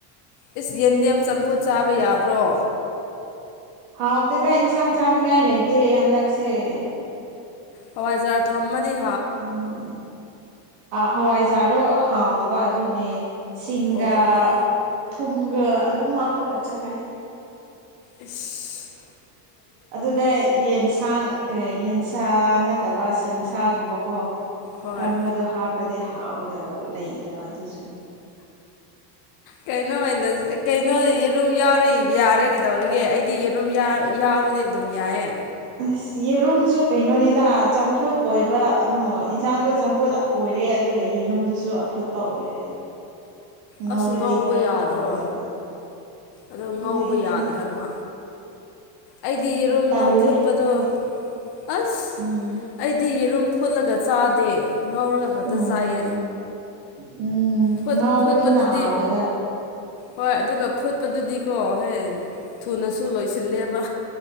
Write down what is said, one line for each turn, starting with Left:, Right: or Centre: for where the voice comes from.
Left: ꯏꯁ ꯌꯦꯟꯗꯦꯝ ꯆꯝꯐꯨꯠ ꯆꯥꯕ ꯌꯥꯕ꯭ꯔꯣ
Right: ꯍꯥꯎꯇꯦꯗ ꯏꯟꯁꯥꯡ ꯆꯥꯅꯤꯡꯉꯥꯏ ꯂꯩꯇꯦ ꯍꯟꯗꯛꯁꯦ <unintelligible>
Left: ꯍꯋꯥꯏꯖꯔ ꯊꯝꯃꯅꯤ
Right: ꯑꯗꯨꯅꯦ ꯍꯋꯥꯏꯖꯥꯗꯣ ꯍꯥꯎꯗꯕ ꯑꯗꯨꯏꯅꯦ ꯁꯤꯡꯒ
Left: ꯑꯣ
Right: ꯊꯨꯝꯒ ꯑꯗꯨꯝ ꯍꯥꯞꯄꯒ ꯆꯥꯔꯦ
Left: ꯑꯦꯁ
Right: ꯑꯗꯨꯗ ꯌꯦꯟꯁꯥꯡ ꯌꯦꯟꯁꯥ ꯅꯠꯇꯕ ꯁꯟꯁꯥꯒꯨꯝꯕꯀꯣ
Left: ꯍꯣꯏ
Right: ꯑꯀꯪꯕꯗꯣ ꯍꯥꯞꯄꯅꯦ ꯍꯥꯎꯒꯗꯕ ꯂꯩꯇꯕ ꯑꯗꯨꯁꯨ
Left: ꯀꯩꯅꯣ ꯑꯣꯏꯅ ꯀꯩꯅꯣ ꯌꯦꯔꯨꯝ ꯌꯥꯎꯔ ꯌꯥꯔꯦ ꯀꯩꯗꯧꯔꯒꯦ ꯑꯩꯗꯤ ꯌꯦꯔꯨꯝ ꯌꯥꯎꯔꯗꯤ ꯑꯗꯨꯝ ꯌꯥꯏꯌꯦ
Right: ꯑꯁ ꯌꯦꯔꯨꯝꯁꯨ ꯀꯩꯅꯣꯅꯤꯗ ꯆꯝꯐꯨꯠ ꯑꯣꯏꯕ ꯑꯃ ꯌꯦꯟꯁꯥꯡꯗꯣ ꯆꯝꯐꯨꯠ ꯑꯣꯏꯔꯦ ꯑꯗꯨꯒ ꯌꯦꯔꯝꯗꯨꯁꯨ ꯑꯐꯨꯠꯄ ꯑꯣꯏꯔꯦ ꯉꯧꯔꯗꯤ
Left: ꯑꯁ ꯉꯧꯕ
Right: ꯈꯔ
Left: ꯌꯥꯗ꯭ꯔꯣ
Right: ꯈꯥꯎꯒꯗꯕ
Left: ꯑꯗꯣ
Right: ꯑꯗꯨꯅꯦꯗꯅ
Left: ꯉꯧꯕ ꯌꯥꯗ꯭ꯔꯕ ꯑꯩꯗꯤ
Right: ꯎꯝ
Left: ꯌꯦꯔꯨꯝꯗꯣ
Right: ꯇꯜꯂꯦ
Left: ꯐꯨꯠꯄꯗꯣ
Right: ꯑꯗꯨꯒꯤ
Left: ꯑꯁ
Right: ꯎꯝ
Left: ꯑꯩꯗꯤ ꯌꯦꯔꯨꯝ ꯐꯨꯠꯂꯒ ꯆꯥꯗꯦ ꯉꯧꯔꯒ ꯈꯛꯇ
Right: ꯑꯣ
Left: ꯆꯥꯏꯌꯦ
Right: ꯎꯝ
Left: ꯐꯨꯠ
Right: ꯉꯥꯎꯕꯗꯨꯅ
Left: ꯐꯨꯠꯄꯗꯨꯗꯤ
Right: ꯍꯥꯎꯋꯦꯗ
Left: ꯍꯣꯏ ꯑꯗꯨꯒ ꯐꯨꯠꯄꯗꯨꯗꯤꯀꯣ ꯍꯣꯏ ꯊꯨꯅꯁꯨ ꯂꯣꯏꯁꯤꯜꯂꯦꯕ